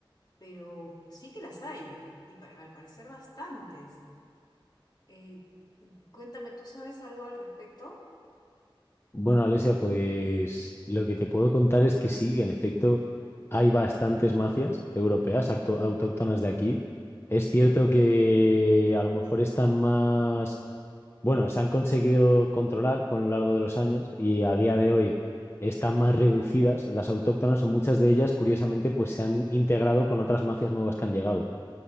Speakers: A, on the left; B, on the left.
A: Pero sí que las hay, y pa- al parecer bastantes. Eh, cuéntame, ¿tú sabes algo al respecto?
B: Bueno, Alesia, pues lo que te puedo contar es que sí, que en efecto hay bastantes mafias europeas acto- autóctonas de aquí. Es cierto que a lo mejor están más, bueno, se han conseguido controlar con lo largo de los años y a día de hoy están más reducidas. Las autóctonas o muchas de ellas, curiosamente, pues se han integrado con otras mafias nuevas que han llegado.